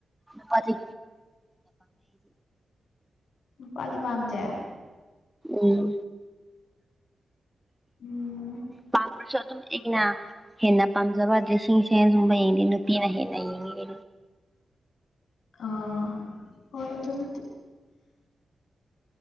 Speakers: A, in the centre; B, on the left (about 75°).
A: ꯄꯗꯤ
B: ꯅꯨꯄꯥꯗꯤ ꯄꯥꯝꯗꯦ
A: ꯎꯝ
B: ꯎꯝ
A: ꯄꯝꯔꯁ ꯑꯗꯨꯝ ꯑꯦꯒꯤꯅ ꯍꯦꯟꯅ ꯄꯥꯝꯖꯕ ꯗ꯭ꯔꯦꯁꯤꯡ ꯁꯦꯟꯁꯒꯨꯝꯕ ꯌꯦꯡꯗꯦ ꯅꯨꯄꯤꯅ ꯍꯦꯟꯅ ꯌꯦꯡꯉꯤ
B: ꯑ ꯍꯣꯏ ꯇꯗꯤ